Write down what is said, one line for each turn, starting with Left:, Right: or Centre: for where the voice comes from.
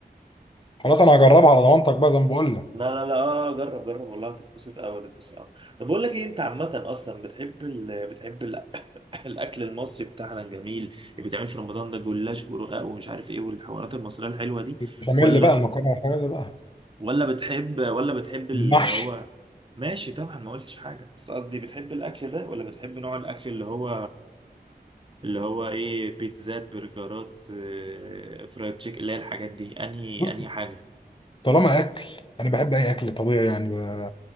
Left: خلاص انا هجربها على ضمانتك بقى زي ما بقول لك
Right: لا لا لا اه جرب جرب والله هتتبسط أوي هتتبسط أوي طب بقول لك إيه أنت عامة أصلا بتحب ال... بتحب ال... <laughs> الأكل المصري بتاعنا الجميل اللي بيتعمل في رمضان ده جلاش ورقاق ومش عارف إيه والحوارات المصرية الحلوة دي
Left: البشاميل
Right: ولا
Left: بقى المكرونه البشاميل بقى
Right: ولا بتحب ولا بتحب اللي
Left: والمحشي
Right: هو ماشي طبعا ما قلتش حاجة بس قصدي بتحب الأكل ده ولا بتحب نوع الأكل اللي هو اللي هو إيه بيتزات برجرات آه، فرايد تشيك اللي هي الحاجات دي أنهي
Left: بص
Right: أنهي حاجة
Left: طالما اكل انا بحب اي اكل طبيعي يعني ب-